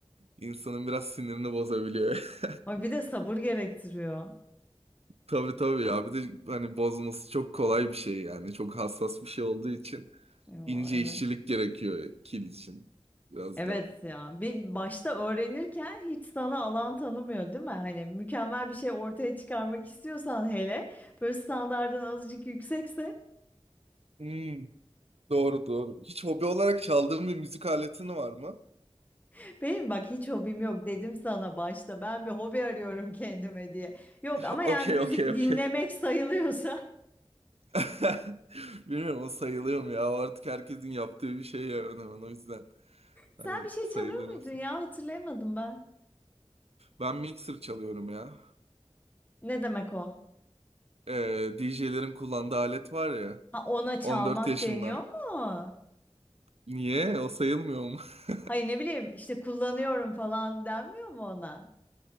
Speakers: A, on the right; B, on the left.
A: İnsanın biraz sinirini bozabiliyor.
B: Ay bir de sabır gerektiriyor.
A: <laughs> Tabii tabii ya bir de hani bozması çok kolay bir şey yani. Çok hassas bir şey olduğu için
B: Yo,
A: ince
B: evet.
A: işçilik gerekiyor kil için biraz
B: Evet
A: daha.
B: ya. Bir başta öğrenirken hiç sana alan tanımıyor değil mi? Hani mükemmel bir şey ortaya çıkarmak istiyorsan hele böyle standardın azıcık yüksekse
A: Hmm, doğru doğru. Hiç hobi olarak çaldığın bir müzik aletin var mı?
B: <laughs> benim bak hiç hobim yok dedim sana başta. Ben bir hobi arıyorum <laughs> kendime diye. Yok
A: <laughs>
B: ama yani
A: Okey
B: müzik
A: okey okey.
B: dinlemek sayılıyorsa. <laughs>
A: <laughs> Bilmiyorum o sayılıyor mu ya? O artık herkesin yaptığı bir şey ya hemen hemen. o yüzden.
B: Sen
A: Hani
B: bir şey
A: sayılır
B: çalıyor muydun
A: mısın?
B: ya? Hatırlayamadım ben.
A: Ben mixer çalıyorum ya.
B: Ne demek o?
A: Ee, DJ'lerin kullandığı alet var ya.
B: Ha ona çalmak
A: 14 yaşımda.
B: deniyor mu?
A: Niye? O sayılmıyor mu? <laughs>
B: Hayır ne bileyim işte kullanıyorum falan denmiyor mu ona?